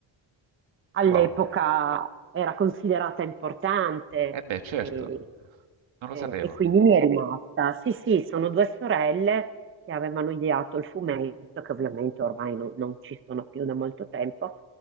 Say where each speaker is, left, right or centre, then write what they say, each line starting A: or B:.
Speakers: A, on the right; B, on the right.
A: all'epoca
B: wow.
A: era considerata importante
B: Eh beh, certo,
A: e,
B: non lo
A: e-
B: sapevo.
A: e quindi mi è rimasta. Sì, sì, sono due sorelle che avevano ideato il fumetto, che ovviamente ormai non non ci sono più da molto tempo,